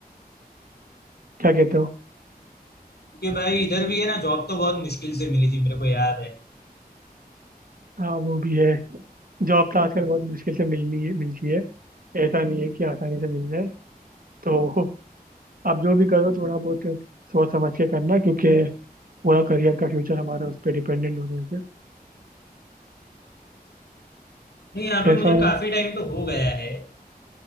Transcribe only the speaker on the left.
क्योंकि भाई इधर भी है ना जॉब तो बहुत मुश्किल से मिली थी मेरे को याद है
नहीं यहाँ पे
मुझे काफी टाइम तो हो गया है